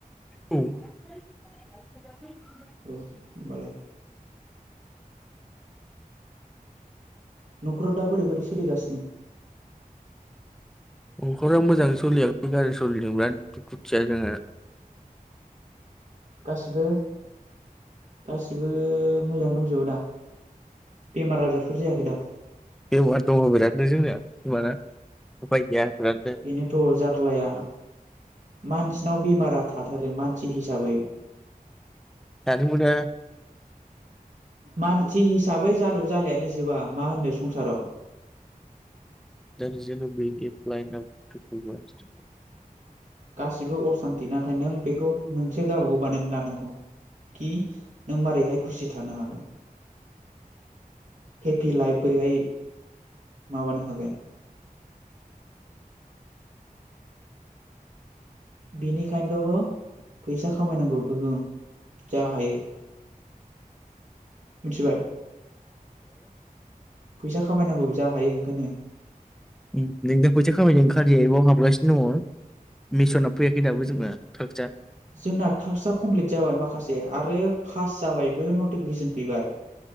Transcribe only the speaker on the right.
औ होमबालाय न'खराव दा बोरै बोरै सोलिगासिनो
गासिबो गासिबो मोजाङै दंजोबो दा बेमार आजारफोर जायाखै दा?
बेनोथ' जारलाया मानसि नाव बेमारा थाथारो मानसि हिसाबै
मानसि हिसाबै जालु जालायानो जोबा मा होनो संसाराव औ
गासिबो असान्ति नाथाय नों बेखौ नोंसो गावबागाव बानायनानै लानांगौ कि नों मारैहाय खुसि थानो हागोन हेपि लाइफ बोरैहाय माबानो हागोन। बिनि खायनोथ फैसा खामायनांगौ गोगोम जा हायो मिथिबाय? फैसा खामायनांगौ जा हायो ओंखायनो।
जोंना टासकआ कमप्लिट जाबाय माखासे आरो पास जाबायबो । फेकेसन फैबाय